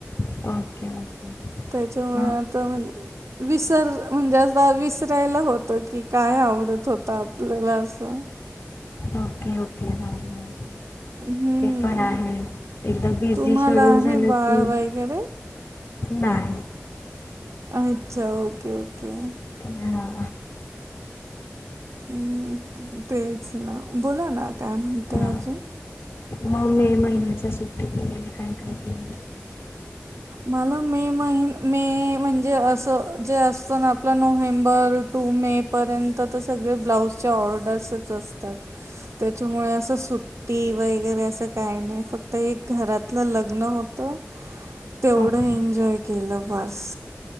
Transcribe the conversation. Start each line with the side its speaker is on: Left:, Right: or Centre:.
Left: ओके ओके
Right: त्याच्यामुळे
Left: मग
Right: आता म्हणजे विसर जास्त विसरायला होत कि काय आवडत होत आपल्याला असं.
Left: ओके ओके ह हं
Right: हम्म.
Left: पेपर आहे एकदम बिझी
Right: तुम्हाला
Left: शेडून
Right: आहे
Left: झालं
Right: बाळ
Left: की
Right: वगैरे?
Left: नाही
Right: अच्छा ओके ओके
Left: हां
Right: हम् तेच ना बोला ना काय म्हणतय
Left: हा
Right: अजून.
Left: मग मे महिन्याच्या सुट्टीत गेले काय काय केलं.
Right: मला मे म मे म्हणजे अस जे असत ना आपला नोव्हेंबर टू मे पर्यंत तर सगळे ब्लाउजच्या ऑर्डर्सच असतात. त्याच्यामुळे असं सुट्टी वगैरे असं काही नाही फक्त एक घरातलं लग्न होत <inaudible> तेवढं
Left: ओके
Right: एन्जॉय केलं बस